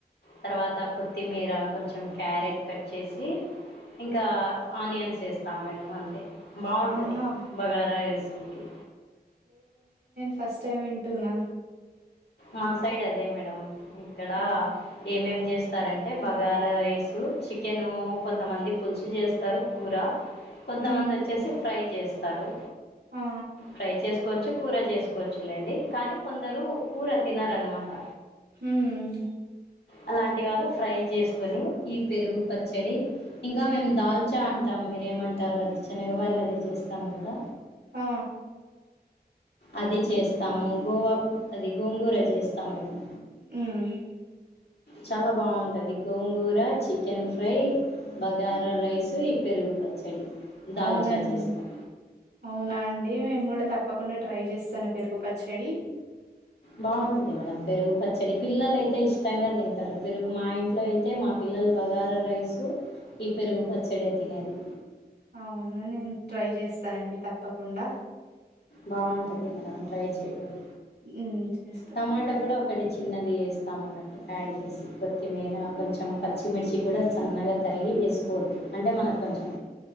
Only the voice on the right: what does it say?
ఆహా
ఫస్టైమ్ వింటున్నా
ఆ!
హ్మ్
ఆ
ఉమ్మ్
ఆ
హుహుమ్
ఔనండ్
ఔనా అండి మేమ్ గుడా తప్ ప్పకుండా ట్రై చేసన్ పెరుగు పచ్చడి
అ
ఔనన్ నేన్ ట్రై చేస్తనండి తప్పకుండా
హ్మ్ చేస్తాం